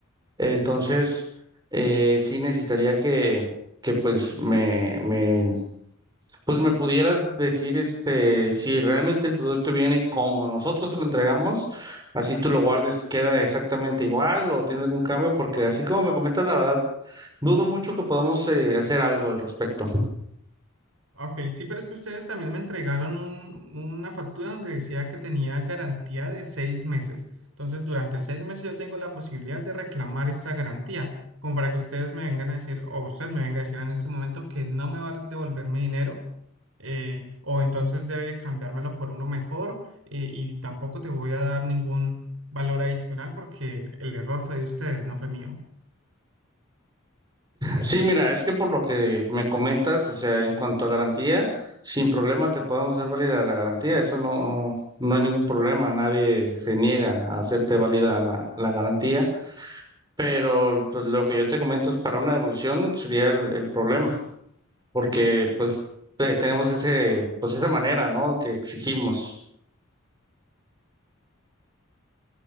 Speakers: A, on the right; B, on the right.
A: Entonces, eh, sí necesitaría que, que pues me, me, pues me pudieras decir este, si realmente el producto viene como nosotros se lo entregamos, así tú lo guardes, queda exactamente igual o tiene algún cambio, porque así como me comentas, la verdad. Dudo mucho que podamos eh, hacer algo al respecto.
B: Ok, sí, pero es que ustedes también me entregaron un- una factura donde decía que tenía garantía de seis meses. Entonces, durante seis meses yo tengo la posibilidad de reclamar esta garantía, como para que ustedes me vengan a decir, o usted me venga a decir en este momento que no me va a devolver mi dinero, eh, o entonces debe cambiármelo por uno mejor, eh, y tampoco te voy a dar ningún valor adicional porque el error fue de ustedes, no fue mío.
A: Sí, mira, es que por lo que me comentas, o sea, en cuanto a garantía, sin problema te podemos hacer válida la garantía. Eso no, no, no hay ningún problema. Nadie se niega a hacerte válida la, la garantía. Pero pues lo que yo te comento es para una devolución sería el, el problema, porque pues te- tenemos ese, pues esa manera, ¿no? Que exigimos.